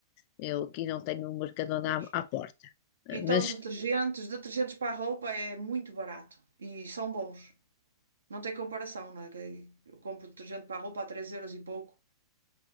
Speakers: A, on the left (about 40°); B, on the right (about 80°).
A: Eu aqui não tenho um Mercadona
B: Pois.
A: à, à porta. Eh,
B: Então,
A: Mas
B: detergentes, detergentes para a roupa é muito barato e são bons. Não tem comparação, não é? Que Eu compro detergente para a roupa a 3 euros e pouco